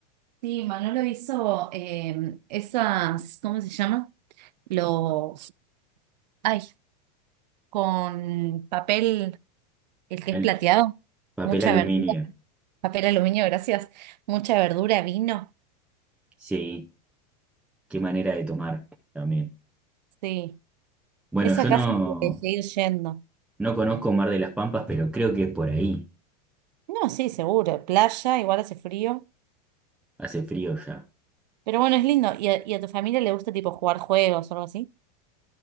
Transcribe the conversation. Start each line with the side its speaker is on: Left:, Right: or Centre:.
Right: Sí, Manolo hizo eh, esas, ¿cómo se llama? Los, ay, con papel, el que
Centre: el
Right: es plateado,
Centre: papel
Right: mucha
Centre: aluminio.
Right: verdura, papel aluminio, gracias, mucha verdura, vino,
Centre: Sí, qué manera de tomar también.
Right: sí,
Centre: Bueno,
Right: ese
Centre: yo
Right: acá
Centre: no,
Right: se puede seguir yendo.
Centre: no conozco Mar de las Pampas, pero creo que es por ahí.
Right: No, sí, seguro, playa, igual hace frío,
Centre: Hace frío ya.
Right: pero bueno, es lindo, ¿y a, y a tu familia le gusta tipo jugar juegos o algo así?